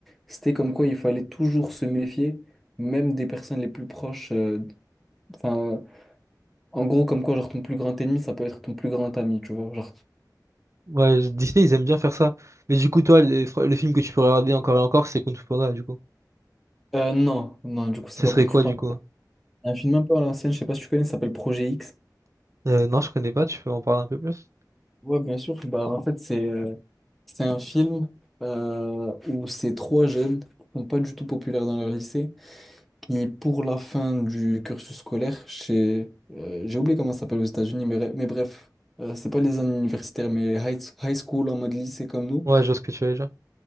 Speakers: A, in the centre; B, on the right.
A: c'était comme quoi il fallait toujours se méfier, même des personnes les plus proches. euh, Enfin, En gros, comme quoi, genre, ton plus grand ennemi, ça peut être ton plus grand ami, tu vois. Genre,
B: Ouais, je- Disney, ils aiment bien faire ça. Mais du coup, toi, les- fr- le film que tu pourrais regarder encore et encore, c'est Kung Fu Panda, du coup.
A: euh, non, non, du coup, c'est
B: Ce
A: pas
B: serait
A: Kung
B: quoi,
A: Fu Panda.
B: du coup?
A: Un film un peu à l'ancienne, je sais pas si tu connais, ça s'appelle Projet X.
B: Euh, non, je connais pas, tu peux en parler un peu plus?
A: Ouais, bien sûr. Bah, en fait, c'est euh, c'est un film euh, où ces trois jeunes qui sont pas du tout populaires dans leur lycée, qui, pour la fin du cursus scolaire, chez, euh, j'ai oublié comment ça s'appelle aux États-Unis, mais, mais bref, euh, c'est pas les années universitaires, mais high, high school en mode lycée comme nous.
B: Ouais, je vois ce que tu veux dire.